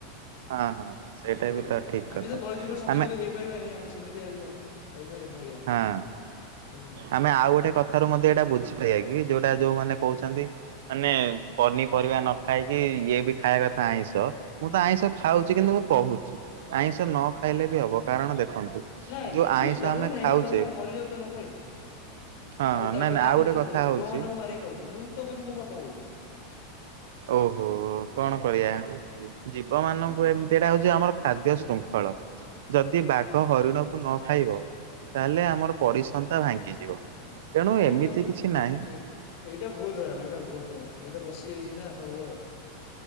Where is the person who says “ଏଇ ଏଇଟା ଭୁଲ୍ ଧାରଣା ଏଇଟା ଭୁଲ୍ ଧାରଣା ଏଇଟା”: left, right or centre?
Left